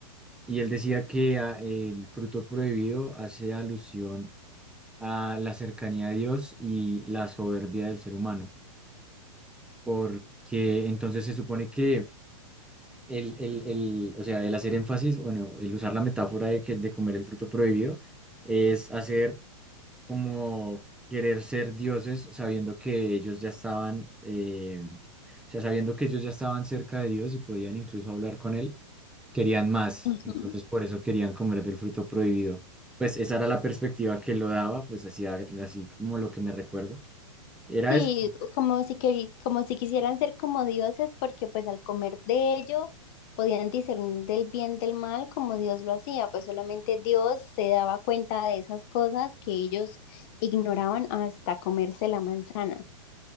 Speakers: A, in the centre; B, on the left.
A: y él decía que ah, el fruto prohibido hace alusión a la cercanía a Dios y la soberbia del ser humano, porque entonces se supone que el, el, el, o sea, el hacer énfasis, bueno, el usar la metáfora de, que, de comer el fruto prohibido, es hacer como querer ser dioses sabiendo que ellos ya estaban, eh, o sea, sabiendo que ellos ya estaban cerca de Dios y podían incluso hablar con él, querían más,
B: ujú.
A: entonces por eso querían comer del fruto prohibido. Pues esa era la perspectiva que lo daba, pues así, así como lo que me recuerdo. Era
B: Sí,
A: eso.
B: como si, queri- como si quisieran ser como dioses, porque pues al comer de ello podían discernir del bien del mal como Dios lo hacía, pues solamente Dios se daba cuenta de esas cosas que ellos ignoraban hasta comerse la manzana.